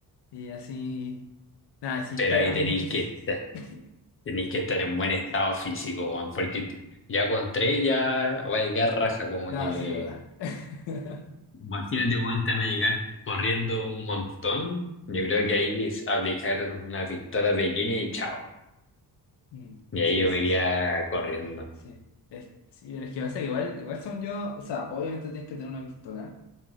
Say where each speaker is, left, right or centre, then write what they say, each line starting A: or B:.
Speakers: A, on the left (about 80°); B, on the left (about 30°).
A: Y así. Nada, sí,
B: Pero
A: está-
B: ahí
A: hay
B: tenéis
A: muchos.
B: que estar,
A: <laughs>
B: tenéis que estar en buen estado físico, weón, porque ya con tres ya va a llegar raja, como
A: Nada,
B: que.
A: sí, ¿verdad? <laughs>
B: Imagínate, weón, te van a llegar corriendo un montón. Yo creo que ahí es aplicar una pistola pequeña y chao.
A: Mm,
B: Y ahí
A: Sí,
B: yo
A: sí,
B: me iría
A: sí.
B: corriendo.
A: Sí. Es, sí, pero es que pasa que igual, igual según yo, o sea, obviamente tienes que tener una pistola,